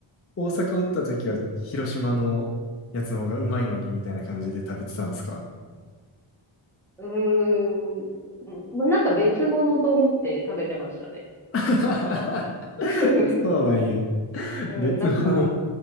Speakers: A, on the left; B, in the centre.
A: 大阪おった時は広島のやつの方がうまいのにみたいな感じで食べてたんですか
B: うーん。うんまあ、なんか別物と思って食べてましたね。
A: <laughs>
B: <laughs>
A: そうなんや。
B: うん、
A: 別物。
B: なんか、